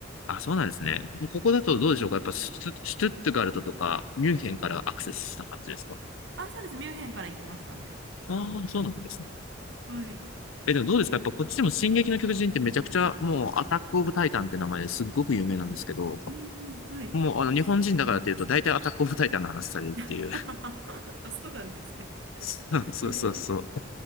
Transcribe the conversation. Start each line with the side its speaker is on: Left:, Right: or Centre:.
Left: あ、そうなんですね。もうここだとどうでしょうかやっぱシュツ、シュトゥットガルトとか、ミュンヘンからアクセスした感じですか
Right: あ、そうです。ミュンヘンから行きましたね。
Left: ああー、そうなんですね。
Right: はい。
Left: え、でもどうですかやっぱこっちでも進撃の巨人ってめちゃくちゃ、もうアタックオブタイタンって名前ですっごく有名なんですけど、
Right: うんうん、はい。
Left: もうあの日本人だからっていうと大体アタックオブタイタンの話されるっていう。
Right: <laughs> あ、そうなんですね。
Left: <laughs> そうそうそ
Right: えー、